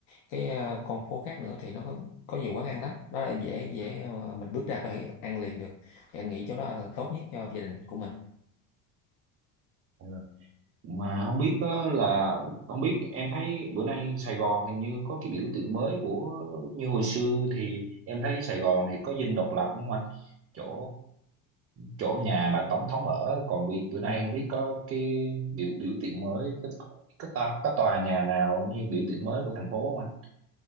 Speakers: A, on the left; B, on the right.
A: cái ờ, con phố khác nữa thì nó có, có nhiều quán ăn lắm nó là dễ dễ ờ, mình bước ra có thể ăn liền được thì anh nghĩ chỗ đó là tốt nhất cho gia đình của mình
B: dạ. mà không biết đó là không biết em thấy bữa nay Sài Gòn hình như có cái biểu tượng mới của như hồi xưa thì em thấy Sài Gòn thì có dinh độc lập đúng không anh chỗ chỗ nhà mà tổng thống ở còn bị bữa nay
A: Ừ.
B: không biết có cái biểu biểu tượng mới có có, tòa có tòa nhà nào như biểu tượng mới của thành phố không anh